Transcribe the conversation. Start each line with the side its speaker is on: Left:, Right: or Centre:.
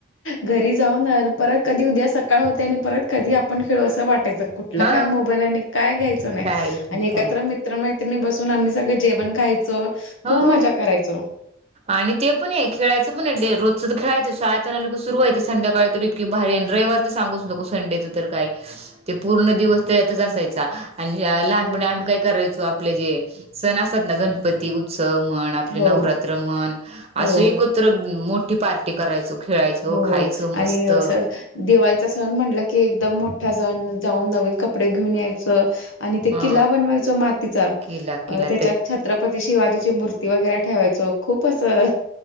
Left: घरी जाऊन आल- परत कधी उद्या सकाळ होते आणि परत कधी आपण खेळू असं वाटायचं. कु- - कुठल
Right: हा
Left: काय मोबाईल आणि काय घ्यायचं नाही
Right: काही
Left: आणि एकत्र
Right: काय नाही
Left: मि- - त्र मैत्रिणी बसून आम्ही सगळी जेवण खायचो. खूप
Right: हो
Left: मजा करायचो.
Right: आणि ते पणये खेळायचं पण ये. डे रोजचं तर खेळायचं शाळेतना लोक सुरुवायचं संध्याकाळी तरी -- कि भारी अन रविवारचं सांगुच नकोस संडेचं तर काय.
Left: <inaudible>
Right: ते पूर्ण दिवस तेज्यातचं
Left: हम्म.
Right: असायचा आणि लहानपणी
Left: हो.
Right: आम्ही काय करायचो. आपले जे सण असतात ना गणपती उ उत्सव म्हण, आपले
Left: हो,
Right: नवरात्र म्हण,
Left: हो,
Right: असं एकत्र मोठी पार करायचो खेळायचो,
Left: हो
Right: खायचो मस्त.
Left: आणि असं दिवाळीचा सण म्हटलं की एकदम मोठा सण जाऊन नवीन कपडे घेऊन यायचं. आणि ते
Right: हा
Left: किल्ला बनवायच मातीचा
Right: केला केला
Left: त्याच्यात छत्र पती शिवाजीची मूर्ती वगैरे ठेवायचो. खूप असं